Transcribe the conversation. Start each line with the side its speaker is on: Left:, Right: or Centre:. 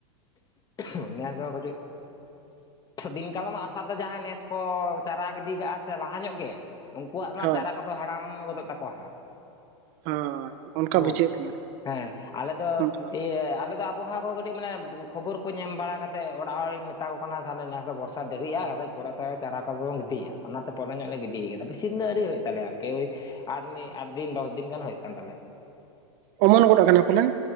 Left: ᱦᱩᱸ ᱱᱮᱥᱫᱚ ᱠᱟᱹᱴᱤᱡ ᱫᱤᱱ ᱠᱟᱞᱚᱢᱟᱜ ᱟᱥᱟ ᱛᱮ ᱡᱟᱦᱟᱸᱭ ᱱᱮᱥ ᱠᱚ ᱪᱟᱨᱟ ᱜᱤᱰᱤ ᱠᱟᱜᱼᱟ ᱥᱮ ᱞᱟᱦᱟ ᱧᱚᱜ ᱜᱮ ᱩᱝᱠᱩᱣᱟᱜ ᱢᱟ
Right: ᱦᱳᱭ
Left: ᱪᱟᱨᱟ ᱠᱚᱫᱚ ᱦᱟᱲᱟᱢ ᱜᱚᱫᱚᱜ ᱛᱟᱠᱚᱣᱟ ᱦᱟᱸᱜ
Right: ᱦᱳᱭ ᱚᱱᱠᱟ
Left: ᱦᱮᱞᱳ
Right: ᱵᱩᱡᱷᱟᱹᱜ ᱠᱟᱱᱟ
Left: ᱦᱮᱸ ᱟᱞᱮ ᱫᱚ
Right: ᱚᱱᱠᱟ
Left: ᱡᱮ ᱟᱞᱮᱫᱚ ᱟᱵᱚᱦᱟᱣᱟ ᱠᱚ ᱠᱟᱹᱴᱤᱡ ᱢᱟᱱᱮ ᱠᱷᱚᱵᱚᱨ ᱠᱚ ᱧᱮᱞ ᱵᱟᱲᱟ ᱠᱟᱛᱮᱫ ᱚᱲᱟᱜ ᱦᱚᱲᱤᱧ ᱢᱮᱛᱟ ᱠᱚ ᱠᱟᱱᱟ ᱛᱟᱦᱚᱞᱮ ᱱᱮᱥ ᱫᱚ ᱵᱚᱨᱥᱟ ᱥᱟ ᱰᱮᱨᱤᱜ-ᱟ ᱟᱫᱚ ᱯᱚᱨᱮᱛᱮ ᱪᱟᱨᱟ ᱠᱚ ᱵᱟᱱ ᱜᱤᱰᱤᱭᱟ ᱚᱱᱟᱛᱮ ᱯᱚᱨᱮ ᱧᱚᱜ ᱞᱮ ᱜᱤᱰᱤ ᱟᱠᱟᱫᱟ ᱵᱤᱥᱤ ᱫᱤᱱ ᱫᱚ ᱟᱹᱣᱨᱤ ᱦᱩᱭᱩᱜ ᱛᱟᱞᱮᱭᱟ ᱟᱨᱠᱤ ᱟᱴ ᱫᱤᱱ ᱟᱴ ᱫᱤᱱ ᱫᱚᱥ ᱫᱤᱱ ᱜᱟᱱ ᱦᱩᱭᱩᱜ ᱠᱟᱱ ᱛᱟᱞᱮᱭᱟ
Right: ᱚᱢᱚᱱ ᱜᱚᱫ ᱟᱠᱟᱱᱟ ᱯᱟᱞᱮᱱ